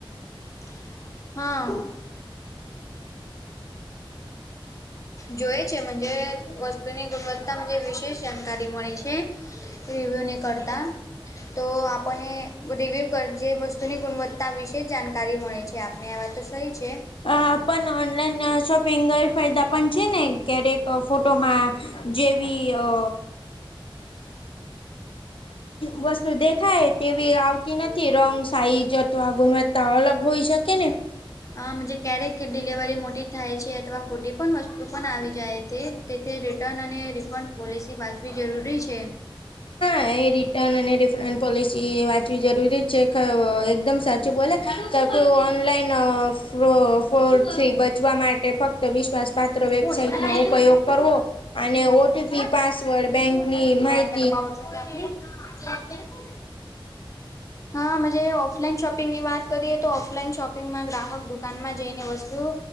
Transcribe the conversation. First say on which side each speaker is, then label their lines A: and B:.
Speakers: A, on the left (about 35°); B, on the left (about 70°).
A: હા. જોએ છે મન્જે વસ્તુની ગુણવત્તા <unintelligible> વિશેષ જાણકારી મળે છે. રીવ્યુ ને કરતા. તો આપણે રિવ્યૂ કર જે વસ્તુની ગુણવત્તા વિશે જાણકારી મળે છે આ ને આ વાતો સહી છે.
B: હા પણ ઓનલાઈન શોપિંગ ગરફાયદા પણ છે ને ક્યારેક ફોટોમાં જેવી અ વસ્તુ દેખાય તેવી આવતી નથી રંગ, સાઈજ તો આ ગુણવત્તા અલગ હોઈ શકે ને?
A: આમ જે ક્યારેક ડિલિવરી મોટી થાય છે અથવા ખોટી પણ વસ્તુ પણ આવી જાય તે તેથી રિટર્ન અને રિફંડ પોલિસી વાંચવી જરૂરી છે.
B: હા એ રિટર્ન અને રીફ્રેન પોલિસી વાંચવી જરૂરી જ છે <unintelligible> એકદમ સાચું બોલે કાકો ઓનલાઈન અ ફ્રો ફોડથી બચવા માટે ફક્ત વિશ શ્વાસ પાત્ર
A: મને
B: વેબસાઇટ
A: ફોન આવ્યો
B: નો ઉપયોગ કરવો અને ઓ. ટી. થી, પાસવર્ડ, બેંકની માહિ
A: તેનોભાવ ઓછો હોય ત્યાંથી <inaudible> હા મજે ઓફલાઈન શોપિંગની વાત કરીએ તો ઓફલાઈન શોપિંગમાં ગ્રાહક દુકાનમાં જઈને વસ્તુ